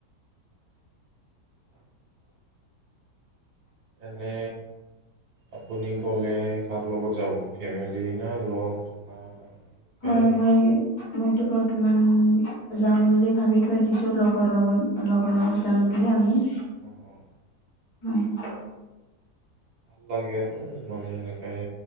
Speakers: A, on the right; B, on the left.
A: এনে আপুনি গ'লে কাৰ লগত যাব ফেমেলি না লগ না এনেকৈ
B: হয় মই মইতো বৰ্তমান যাম বুলি ভাবি থৈ দিছো লগৰ লগত লগৰ লগত যাম বুলি আমি
A: অঁ-অঁ
B: হয়৷
A: ভাল লাগে আৰু মানে সেনেকাই